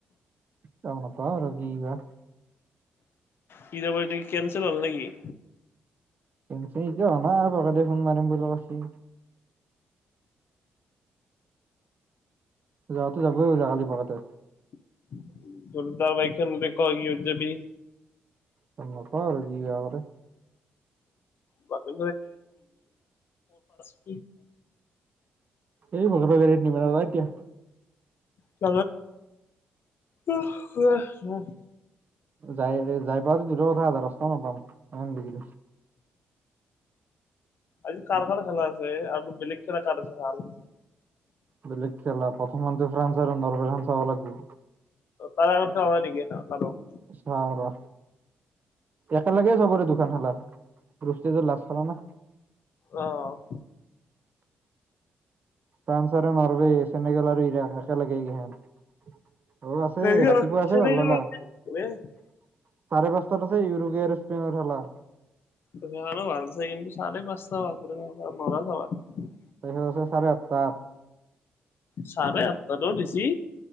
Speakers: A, on the right; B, on the left.
A: গম নাপাও আৰু কিবা।
B: কি পাৰ্টি কেনচেল হ'ল নেকি?
A: কেনচেল এতিয়াও হনাই প্ৰসাদে ফোন মাৰিম বুলি কৈছি। যাটো যাবই বোলে কালি প্ৰসাদে।
B: <unintelligible> কিহত যাবি?
A: গম নাপাওঁ আৰু কি বা কৰে
B: বাকী <unintelligible>
A: এই <unintelligible> নিব নৰা এতিয়া।
B: ত উ <unintelligible>
A: যাই যাই পাতো দূৰৰ কথা আধা ৰাস্তাও নাপাম। তামাম <unintelligible>
B: আজি কাৰ কাৰ খেলা আছে আৰু বেলেগ খেলা কাৰ আছে ভাল?
A: বেলেগ খেলা প্ৰথমখানটো ফ্ৰান্স আৰু ন'ৰবে খান চাবা লাগবো।
B: তাৰ আগত <unintelligible>
A: চাও ৰ। একেলগে চবৰে দুখন খেলা। বষ্টি লাজ খাব না
B: অ',
A: ফ্ৰান্স আৰু ন'ৰৱে, চেনেগেল আৰু ইৰাক একেলগে কিহেন অ', আছে
B: হেৰি
A: ৰাতিপুৱা আছে।
B: সেইখনো
A: <unintelligible> চাৰে পাচটাত আছে উৰুগুৱে আৰু স্পেইনৰ খেলা।
B: এইকেইখনো ভালছে। কিন্তু চাৰে পাচটা বাপৰে বাপ নৰা চাবা।
A: তাৰপিছত আছে চাৰে আঠটাত।
B: চাৰে আঠটাতো দিছি?